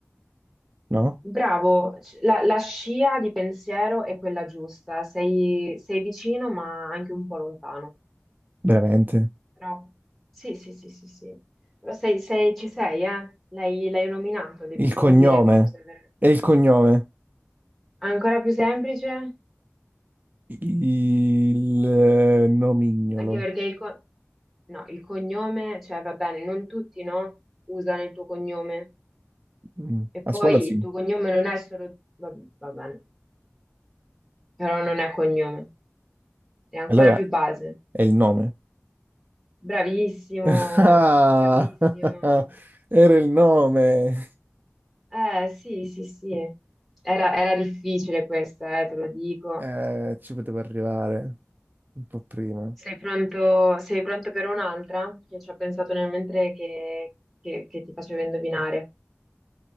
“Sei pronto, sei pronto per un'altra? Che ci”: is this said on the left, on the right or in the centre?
Centre